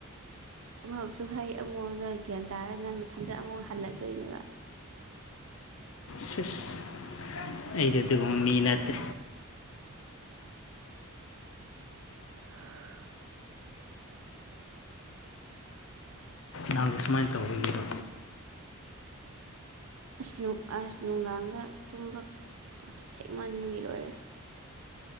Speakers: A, on the right; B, on the left.
A: ꯑꯃꯛꯁꯨ ꯍꯥꯏ ꯑꯃꯣ ꯒ꯭ꯌꯥꯟ ꯇꯥꯔꯦꯅ ꯅꯊꯟꯗ ꯑꯃꯨꯛ ꯍꯥꯜꯂꯛꯇꯣꯏꯅꯦꯕ꯫
B: ꯁꯤꯁ ꯑꯩꯗꯤ ꯑꯗꯨꯒꯨꯝꯕ ꯃꯤ ꯅꯥꯠꯇꯦ꯫
A: <unintelligible>
B: ꯅꯪꯁꯨ ꯁꯨꯃꯥꯏꯅ ꯇꯧꯕꯒꯤꯔꯣ?
A: ꯑꯁ ꯅꯨꯡ ꯑꯁ ꯅꯨꯡꯗꯥꯡꯗ ꯇꯨꯝꯕ ꯑꯁ ꯊꯦꯛꯃꯟꯕꯒꯤ ꯂꯣꯏꯔꯦ꯫